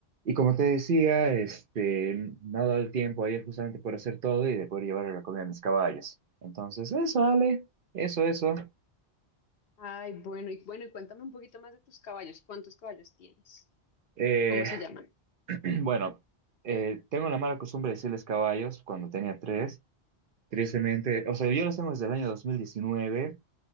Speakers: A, on the right (about 60°); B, on the left (about 65°).
A: Y como te decía, este, me ha dado el tiempo ayer justamente por hacer todo y de poder llevar a la comida a mis caballos. Entonces, eso, Ale, eso, eso.
B: Ay, bueno, y bueno, y cuéntame un poquito más de tus caballos. ¿Cuántos caballos tienes?
A: Eh,
B: ¿Cómo se llaman?
A: <clears throat> bueno, eh, tengo la mala costumbre de decirles caballos cuando tenía tres. Tristemente, o sea, yo los tengo desde el año 2019.